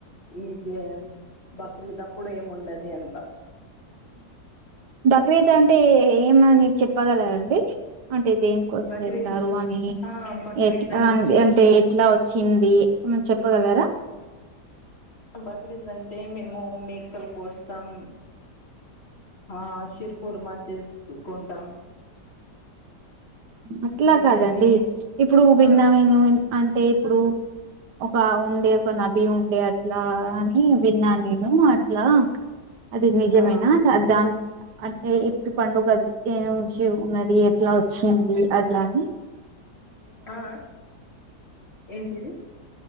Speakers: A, on the left; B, on the right.
A: ఇది బక్రీదప్పుడు ఏము ఉండది అంత
B: బక్రీద్ అంటే ఏమని చెప్పగలరండి అంటే ఇదిేం కోసం
A: బక్రీద్
B: ఇస్తారు అని
A: ఆ బక్రీద్
B: ఎట్లా అంటే ఎట్లా వచ్చింది ఏమనా చెప్పగలరా
A: బక్రీద్ అంటే మేము మేక్కలు కోస్తాం ఆ షిర్పూర్మా చేసుకుంటాం
B: అట్లా
A: బిర్యానీ
B: కాదండి ఇప్పుడు విన్న
A: ఆ
B: విను అంటే ఇప్పుడు ఒక ఉండే ఒక నబీ ఉండే అట్లా అని విన్నాను నేను అట్లా అది నిజమైన
A: ఆ
B: దానికి అంటే ఎప్పటి పండుగ గద్ద నుంచి ఉన్నది ఎట్లా వచ్చింది అట్లాని
A: ఆ ఏంటిది